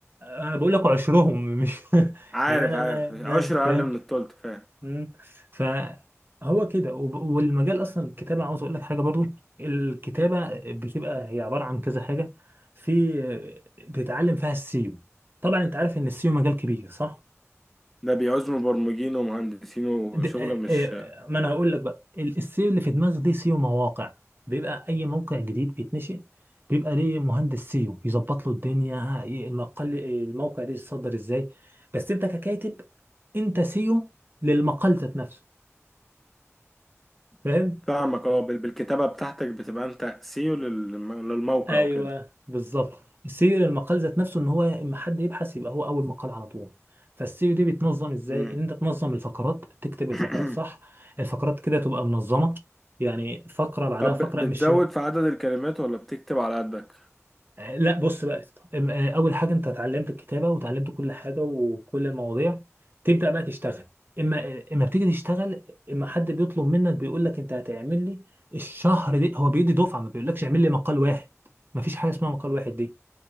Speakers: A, on the right; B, in the centre.
A: انا بقول لك عشرهم مش <laughs>
B: عارف
A: يعني انا
B: عارف
A: أنا-
B: عشرة
A: أنا- فاهم
B: أقل من التلت فاهم
A: مم. فهو كده وب- والمجال اصلا الكتابه عاوز اقول لك حاجه برضو الكتابه بتبقى هي عباره عن كذا حاجه في بتتعلم فيها السيو طبعا انت عارف ان السيو مجال كبير صح
B: ده بيعوز مبرمجين ومهندسين وشغل
A: د- آه،
B: مش
A: آه، ما انا هقول لك بقى ال- السيو اللي في دماغك دي سيو مواقع بيبقى اي موقع جديد بيتنشئ بيبقى ليه مهندس سيو يظبط له الدنيا ي- المقال الموقع ده يتصدر ازاي بس انت ككاتب انت سيو للمقال ذات نفسه فاهم
B: فاهمك اه بال- بالكتابة بتاعتك بتبقى أنت سيو للم- للموقع
A: ايوه
B: وكده
A: بالظبط السيو المقال ذات نفسه ان هو اما حد يبحث يبقى هو اول مقال على طول فالسيو دي بيتنظم ازاي
B: مم.
A: ان انت تنظم الفقرات تكتب الفقرات
B: <clears throat>
A: صح الفقرات كده تبقى منظمه يعني فقره بعدها
B: طب
A: فقره مش
B: بتزود في عدد الكلمات ولا بتكتب على قدك؟
A: آه، لا بص بقى أم- آه، اول حاجه انت اتعلمت الكتابه وتعلمت كل حاجه وكل المواضيع تبدا بقى تشتغل اما اما بتيجي تشتغل اما حد بيطلب منك بيقول لك انت هتعمل لي الشهر دي هو بيدي دفعه ما بيقولكش اعمل لي مقال واحد ما فيش حاجه اسمها مقال واحد دي.